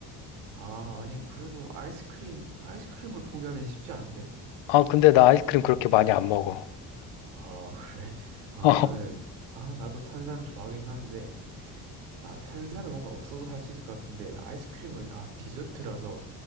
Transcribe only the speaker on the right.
아, 아니, 그래도 아이스크림, 아이스크림을 포기하기엔 쉽지 않은데?
아, <laughs> 그래? 아,
나는, 아, 나도 탄산 좋아하긴 하는데, 아, 탄산은 뭔가 없어도 살 수 있을 것 같은데, 아이스크림은, 아, 디저트라서,